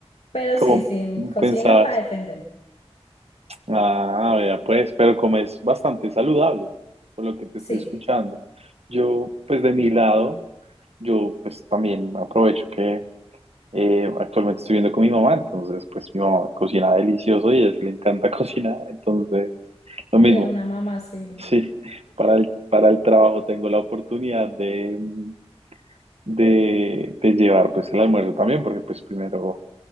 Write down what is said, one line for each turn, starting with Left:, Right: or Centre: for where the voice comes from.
Left: Pero
Right: como
Left: sí, sí, cocino
Right: pensabas.
Left: para defender.
Right: Ah, vea, pues, pero como es bastante saludable, por lo que te
Left: Sí,
Right: estoy escuchando. Yo, pues de mi lado, yo pues también aprovecho que Eh, actualmente estoy viviendo con mi mamá, entonces pues mi mamá cocina delicioso y a ella le encanta <laughs> cocinar, entonces lo mismo,
Left: quiero una mamá, sí.
Right: sí, para el, para el trabajo tengo la oportunidad de, mm, de, de llevar pues el almuerzo también, porque pues primero